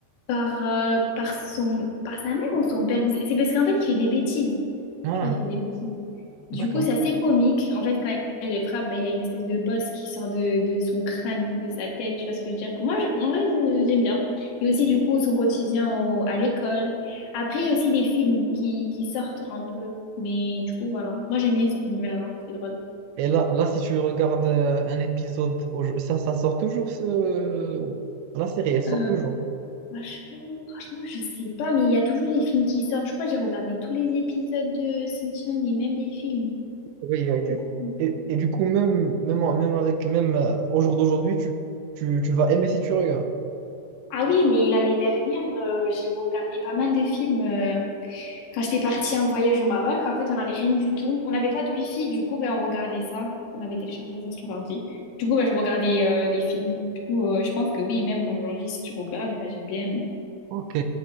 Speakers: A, on the left; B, on the right.
A: par, euh, par son, par sa mère ou son père. C'est parce qu'en fait, il fait des bêtises.
B: Ah,
A: Tu vois, il fait des bêtises. Du
B: d'accord.
A: coup, c'est assez comique. En fait, quand il le frappe, ben, il y a une espèce de bosse qui sort de, de son crâne, de sa tête, tu vois ce que je veux dire. Moi, je- en vrai, je- j'aime bien. Et aussi, du coup, son quotidien au- à l'école. Après, il y a aussi des films qui, qui sortent un peu. Mais du coup, voilà. Moi, j'aime bien cet univers-là. C'est drôle.
B: Et là, là, si tu regardes euh, un épisode, au- ça, ça sort toujours ce... la série, elle sort
A: Euh,
B: toujours.
A: franchement, franchement, je sais pas, mais il y a toujours des films qui sortent. Je crois que j'ai regardé tous les épisodes de Shinchan et même les films,
B: Oui, oui,
A: je
B: oui.
A: crois.
B: Et, et du coup, même, même, en- même avec, même euh, au jour d'aujourd'hui, tu, tu, tu vas aimer si tu regardes.
A: Ah oui, mais l'année dernière, euh, j'ai regardé pas mal de films. euh, Quand j'étais partie en voyage au Maroc, en fait, on n'avait rien du tout. On n'avait pas de wifi, du coup, ben, on regardait ça. On avait téléchargé ça sur l'ordi. Du coup, ben, je regardais euh, les films. Du coup, euh, je pense que oui, même aujourd'hui, si tu regardes, ben, j'ai bien aimé.
B: Ok,